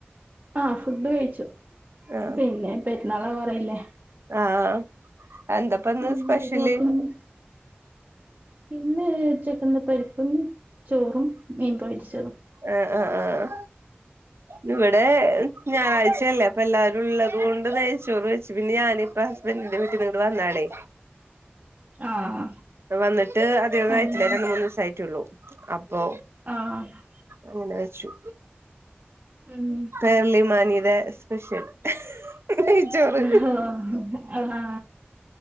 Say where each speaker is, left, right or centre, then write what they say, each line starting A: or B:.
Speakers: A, on the right; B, on the right.
A: ആഹ് ഫുഡ് കഴിച്ചു
B: ആഹ്
A: പിന്നെ പെരുന്നാളാവാറായില്ലേ
B: ആഹ് എന്താപ്പന്ന്
A: ഇല്ല
B: സ്പെഷ്യല്
A: ഷോപ്പിങ് പിന്നെ ഉച്ചക്കെന്താ പരി <unintelligible> ചോറും മീൻ പൊരിച്ചതും
B: ആഹ് ആഹ് ആഹ് ഇവിടെ ഞായറാഴ്ചയല്ലേ അപ്പ എല്ലാരും ഉള്ള അത് കൊണ്ട് നെയ്ച്ചോറ് വെച്ചു പിന്നെ ഞാന് ഇപ്പ ഹസ്ബൻഡിന്റെ വീട്ടിന്ന് ഇങ്ങട്ട് വന്നാണേ
A: ആഹ്
B: വന്നിട്ട് അധികം ഒന്നും
A: അങ്ങനെ
B: ആയിട്ടില്ല രണ്ട് മൂന്ന് ദിവസമായിട്ടുള്ളു അപ്പൊ
A: ആഹ്
B: അങ്ങനെ വെച്ചു
A: ഉം
B: പേർലിമാണിയുടെ സ്പെഷ്യൽ നെയ്ച്ചോറ്
A: ഹ് ഓ അഹാ